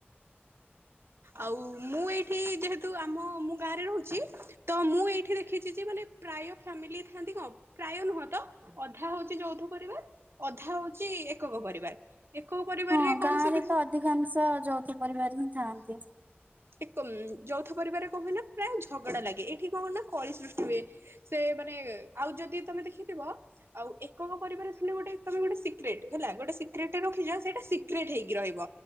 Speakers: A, on the right; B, on the right.
A: ଆଉ ମୁଁ ଏଇଠି ଯେହେତୁ ଆମ ମୁଁ ଗାଁରେ ରହୁଛି। ତ ମୁଁ ଏଇଠି ଦେଖିଛି ଯେ ମାନେ ପ୍ରାୟ ଫ୍ୟାମିଲି ଥାନ୍ତି କଣ ପ୍ରାୟ ନୁହଁ ତ ଅଧା ହଉଛି ଯୌଧ ପରିବାର ଅଧା ହଉଛି ଏକକ ପରିବାର। ଏକକ ପରିବାରରେ
B: ହଁ
A: କଣ
B: ଗାଁ
A: ସୁବିଧା?
B: ରେ ତ ଅଧିକାଂଶ ଯୌଥ ପରିବାର ହିଁ ଥାଆନ୍ତି।
A: ଏକ ଯୌଥ ପରିବାରେ କଣ ହୁଏ ନା ପ୍ରାୟ ଝଗଡା ଲାଗେ ଏଇଠି କଣ ହୁ ନା କଳି ସୃଷ୍ଟି ହୁଏ। ସେ ମାନେ ଆଉ ଯଦି ତମେ ଦେଖିଥିବ। ଆଉ ଏକକ ପରିବାର ଥିଲେ ଗୋଟେ ତମେ ଗୋଟେ ସିକ୍ରେଟ ହେଲା ଗୋଟେ ସିକ୍ରେଟରେ ରଖିଯା ସେଇଟା ସି କ୍ରେଟ ହେଇକି ରହିବ